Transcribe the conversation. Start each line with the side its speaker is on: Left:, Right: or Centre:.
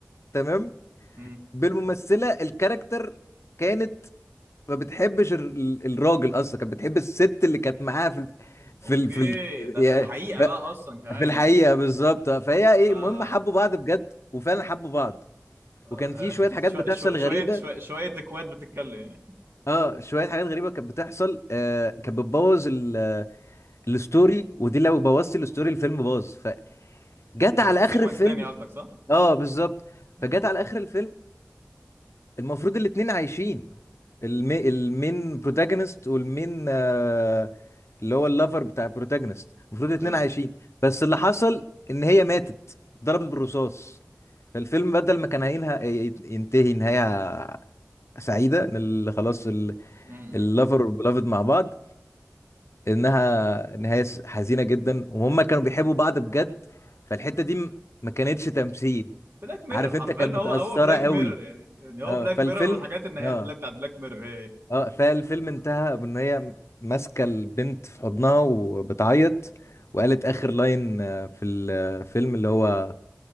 Left: تمام
Right: مم.
Left: بالممثله الكاركتر كانت ما بتحبش ال- الراجل اصلا كانت بتحب الست اللي كانت معاها في ال... في
Right: اوكي
Left: ال... في ال...
Right: ده
Left: يا-
Right: في الحقيقه بقى اصلا كمان
Left: في الحقيقه
Right: يعني
Left: بالظبط فهي ايه
Right: اه
Left: المهم
Right: اه
Left: حبوا بعض بجد وفعلا حبوا بعض
Right: آه،
Left: وكان
Right: <laughs>
Left: في
Right: آه.
Left: شويه حاجات
Right: شو-
Left: بتحصل
Right: شو- شويه
Left: غريبه
Right: شويه شويه اكواد بتتكلم يعني
Left: اه شويه حاجات غريبه كانت بتحصل آه كانت بتبوظ ال- الستوري ودي لو بوظت الستوري الفيلم باظ فجت
Right: بيروح
Left: على
Right: في سيكونس
Left: اخر الفيلم
Right: تاني قصدك صح؟
Left: اه بالظبط
Right: مم.
Left: فجت على اخر الفيلم المفروض الاتنين عايشين المي... المين بروتاجونست والمين آه اللي هو اللافر بتاع البروتاجونست المفروض
Right: اوكي
Left: الاتنين عايشين بس اللي حصل ان هي ماتت ضربت بالرصاص فالفيلم بدل ما كان هينهى ينتهي نهايه سعيده ان ال- خلاص
Right: امم
Left: اللافر والبلافد مع بعض انها نهايه حزينه جدا وهم كانوا بيحبوا بعض بجد فالحته دي م- ما كانتش تمثيل
Right: بلاك ميرور
Left: عارف
Right: حرفيا
Left: انت كانت متاثره
Right: هو هو بلاك
Left: قوي
Right: ميرور يعني يعني هو
Left: اه
Right: بلاك
Left: فالفيلم
Right: ميرور والحاجات النهايات
Left: اه
Right: بلاك بتاعت بلاك ميرور هي
Left: اه فالفيلم انتهى بان هي ماسكه البنت في حضنها وبتعيط وقالت اخر لاين آه، في الفيلم اللي هو